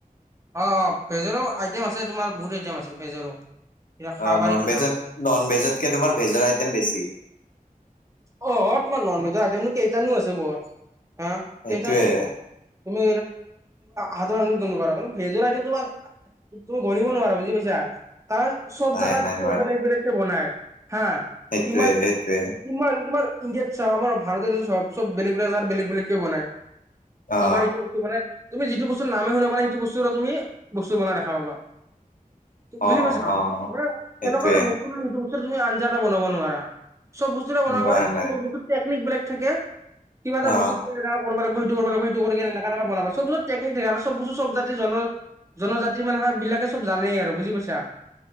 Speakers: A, on the right (about 20°); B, on the left (about 70°).
A: অ অ', ভেজৰো আইটেম আছে তোমাৰ বহুত আইটেম আছে ভেজৰো, খাব
B: অ
A: পাৰি
B: নন
A: এই বিলাকো।
B: ভেজত নন ভেজতকে, তোমাৰ ভেজৰ আইটেম বেছি।
A: অ অ', তোমাৰ ননভেজৰ আইটম নো কেইটা নো আছে, বৰ হা
B: সেইটোয়ে
A: কেইটানো আছে। তুমি হাতবাৰ <unintelligible> ভেজৰ আহটম তোমাৰ তুমি গনিব নোৱাৰা বুজি পাইছা। কাৰণ চব
B: নাই
A: জাগাত,
B: নাই
A: বেলেগ বেলেগক বনায় হা
B: সেইটোৱে
A: কিমান
B: সেইটোৱে।
A: ইমান, তোমাৰ ইণ্দিয়াত চা, আমাৰ ভাৰততে চব বেলেগ বেলেগ জেগাত বেলেগ বেলেগকে বনায়। <unintelligible>
B: অ
A: তো মানে তুমি যিটো বস্তুৰ নামে শুনা পোৱা নাই সেইটো বস্তুৰো তুমি বস্তু বনাই দেখা পাবা। বুজি
B: অ
A: পাইছা,
B: অ অ
A: মানে
B: সেইটোয়ে
A: এনেকুৱা এটা বস্তু কোনো এটা বস্তুৰ তুমি আঞ্জা এটা বনাব নোৱাৰা, চব বস্তুৰে বনাবা
B: নাই
A: বাট
B: নাই
A: বস্তুৰ টেকনিক বেলেগ থাকে, কিবা এটা বস্তু
B: অ
A: কেনেকা কৰিব লাগিব সেইটো কৰিব, সেইটো কৰি এনে এনেকা বনাবা, চব বস্তুত টেনিক থাকে আৰু চব বস্তু চব জাতি জনা জনজাতি মানে বিলাকে চব জানেই আৰু বুজি পাইছা?